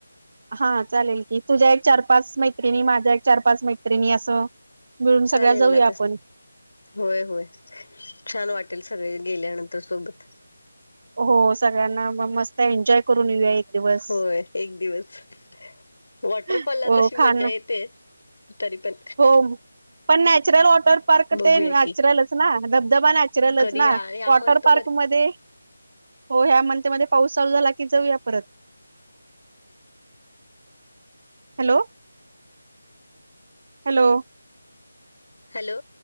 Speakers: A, on the right (about 40°); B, on the left (about 70°).
A: हा चालेल की तुझ्या एक चार पाच मैत्रिणी माझ्या एक चार पाच मैत्रिणी असं मिळून
B: चालेल
A: सगळ्या जाऊया
B: ना
A: आपण
B: तस होय होय छान वाटेल सगळे गेल्यानंतर सोबत
A: हो सगळ्यांना मग मस्त एन्जॉय करून येऊया दिवस
B: होय एक दिवस वॉटरफॉल
A: हो
B: ला तशी
A: खाण
B: मज्जा येतेच तरी पण
A: हो पण नॅचरल वॉटर पार्क
B: बघूया
A: ते नॅचरलच
B: की
A: ना धबधबा नच
B: कधी
A: च ना
B: ह्या ह्या
A: वॉटर
B: मंथ
A: पार्क मध्ये हो ह्या मनतेमध्येध्ये पाऊस चालू झाला की जाऊया परत हॅलो हॅलो
B: हॅलो